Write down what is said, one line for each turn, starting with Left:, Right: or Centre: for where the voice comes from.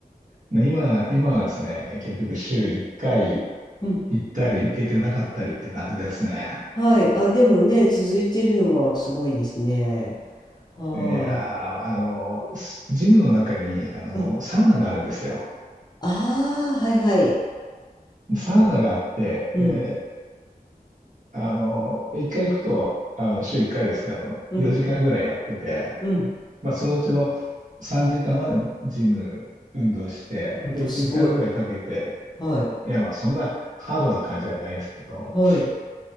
Right: ね今、今はですね、結局週1回
Left: うん。
Right: 行ったり行けてなかったりって感じですね。
Left: はい。あ、でもね、続いてるのはすごいですね。はーい。
Right: いやー、あの、ジムの中に、あの、
Left: うん。
Right: サウナがあるんですよ。
Left: ああ、はいはい。
Right: サウナがあって、
Left: うん。
Right: であの、一回行くと、あの、週一回ですけど、
Left: うん。
Right: 4時間ぐらいやってて、
Left: うん。
Right: まあ、そのうちの3時間はジム運動して、
Left: うん。
Right: で、
Left: あ、
Right: 1時間ぐらいかけて、
Left: すごい。はい。
Right: いや、まあ、そんなハードな感じではないですけど、
Left: はい。